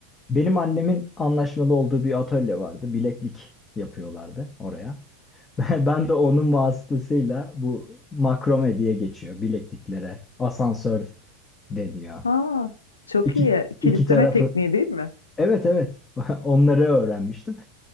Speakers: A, on the left; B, on the left.
A: Benim annemin anlaşmalı olduğu bir atölye vardı. Bileklik yapıyorlardı oraya. <laughs> Ben ben de onun vasıtasıyla bu makrome diye geçiyor bilekliklere. Asansör deniyor.
B: Ha, çok
A: İki,
B: iyi. Kilitleme
A: iki tarafı.
B: tekniği değil mi?
A: Evet evet <laughs> onları öğrenmiştim.